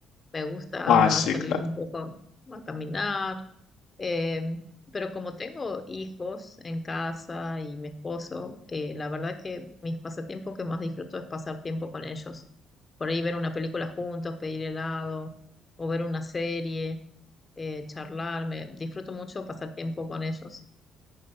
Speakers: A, on the left; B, on the left.
A: Me gusta
B: Ah, sí,
A: salir
B: claro.
A: un poco a caminar. Eh, pero como tengo hijos en casa y mi esposo, eh, la verdad que mis pasatiempos que más disfruto es pasar tiempo con ellos. Por ahí ver una película juntos, pedir helado o ver una serie, eh, charlar. Me disfruto mucho pasar tiempo con ellos.